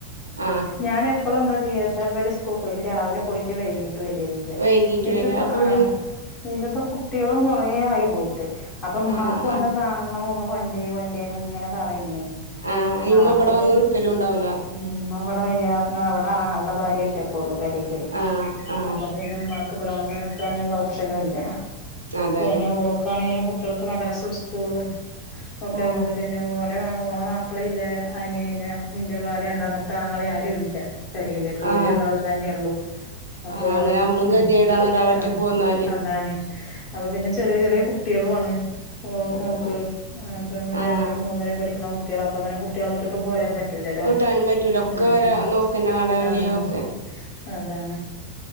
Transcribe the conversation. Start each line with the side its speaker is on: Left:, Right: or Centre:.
Right: ആ
Left: ഞാൻ എപ്പളും എന്താ ചെയ്യച്ചാ ഇവര് സ് സ്കൂൾക്കോയിട്ട് രാവിലെ പോയിട്ട് വൈകീട്ട് വെര്യാ ചെയ്യാ.
Right: വൈകീട്ട്
Left: ഇത്
Right: വരാ
Left: പ്പൊ
Right: അപ്പൊ
Left: ആഹ്
Right: പിന്നെ
Left: ഇത്പ്പൊ കുട്ട്യേളും കൊറേ യായി പോയിട്ട് അപ്പമ്മാക്കൊന്ന്
Right: ആ ആ
Left: കാണണം ഒന്ന് കൊണ്ട്രേ കൊണ്ട്രേ ന്ന്ങ്ങനെ പറിംമ്മേ
Right: ആ ഇമ്മ
Left: ആഹ് അപ്പൊക്കെ
Right: ഇബടെ വന്ന് നിക്കലും ഉണ്ടാവൂല
Left: മ്മ ഇവ്ടെ വര്യാ പ്പാങ്ങൾന്റെ ഭാര്യ ഒറ്റക്കാെള്ളു പെരീലേ
Right: ആ ആ
Left: അപ്പ പിന്നെ മ്മാ ക്ക് ബ്ടെ വന്ന് നിക്കാന്ള്ള ഓപ്ഷനുംല്ല
Right: അതാണ്
Left: പിന്നെ ഓൾക്കാണേലും കു ട്ട്യോക്ക് മദ്റസ്സു സ്കൂളും ഒക്കെ
Right: ആ
Left: അതോണ്ട് പിന്നെ ഓ ലെ മാ ഓളെ മാപ്പ്ളില്ലാ അനിയന് ഇന്റെ വ രണ്ടാമത്തെ ആങ്ങളെ ആരുംല്ല പെരേല് പ്പോല്
Right: ആ
Left: രണ്ടാളും തന്നെള്ളു അപ്പോള്
Right: ആഹ് അങ്ങനെ നമ്മളും
Left: ഉം
Right: ഗതികേടാണ് ഒരാള് ഒറ്റക്ക്
Left: ആഹ്
Right: പോന്നാല്
Left: അതാണ് അപ്പൊ പിന്നെ ചെറ്യെ ചെറ്യെ കുട്ട്യേളു ആണ് ഓ
Right: ആഹ്
Left: ഓൾക്ക് ആഹ് ഇപ്പം
Right: ആഹ്
Left: രണ്ട്ലും മൂന്ന്ലും പഠിക്ക്ണ കുട്ട്യേളാ പ്പങ്ങനെ കുട്ട്യേളെട്ട്ട്ടും
Right: ആഹ്
Left: പോരാൻ പറ്റൂലലാേ
Right: വീട്ടാനും പറ്റൂല ഒക്കെ
Left: ഉം
Right: ഒരാ
Left: ഉം
Right: നോക്കന്നെ വേണ്ടേ വല്ല്യോക്കെ
Left: ആഹ് അതാണ്